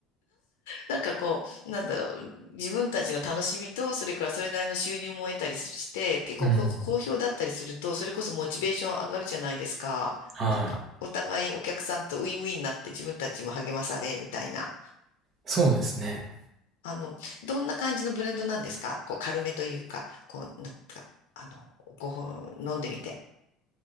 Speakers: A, on the left; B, on the right.
A: なんかこう、なんだろう。自分たちの楽しみと、それからそれなりの収入も得たりして、結構こう好評だったりすると、
B: うん。
A: それこそモチベーション上がるじゃないですか。
B: はい。
A: なんか、お互いお客さんとウィンウィンになって自分たちも励まされ、みたいな。
B: そうですね。
A: あの、どんな感じのブレンドなんですかこう、軽めというか、こう、なんか、あの、ごほん飲んでみて。